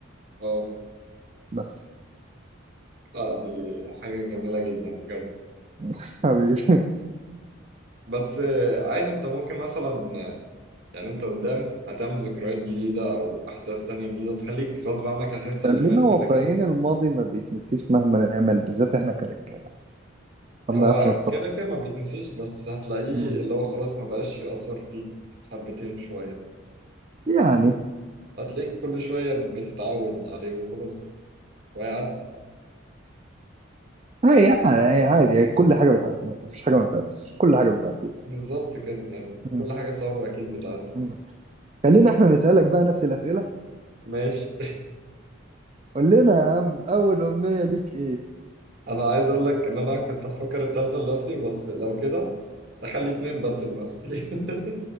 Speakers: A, on the right; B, on the right.
A: اه
B: بس
A: اه دي حاجة جميلة جدا بجد
B: <laughs> حبيبي
A: بس آه، عادي انت ممكن مثلا آه، يعني انت قدام هتعمل ذكريات جديدة او احداث تانية جديدة تخليك غصب عنك هتنسى
B: خلينا
A: اللي فات
B: واقعيين
A: كده كده
B: الماضي ما بيتنسيش مهما نعمل بالذات احنا كرجاله ما
A: هو
B: بنعرفش نتخطى
A: كده كده ما بيتنسيش بس هتلاقيه
B: مم.
A: اللي هو خلاص ما بقاش يأثر فيك حبتين شوية
B: يعني
A: هتلاقيك كل شوية بتتعود عليه وخلاص وهيعدي
B: هي يعني هي عادي هي كل حاجه بتعدي ما فيش حاجه ما بتعديش كل حاجه بتعدي
A: بالظبط كده يعني
B: مم.
A: كل حاجة صعبة أكيد بتعدي
B: مم. خلينا احنا نسالك بقى نفس الاسئله
A: ماشي
B: قول لنا يا عم اول امنيه ليك ايه
A: <laughs> أنا عايز أقول لك إن أنا كنت أفكر التالتة لنفسي بس لو كده أخلي اتنين بس لنفسي <laughs>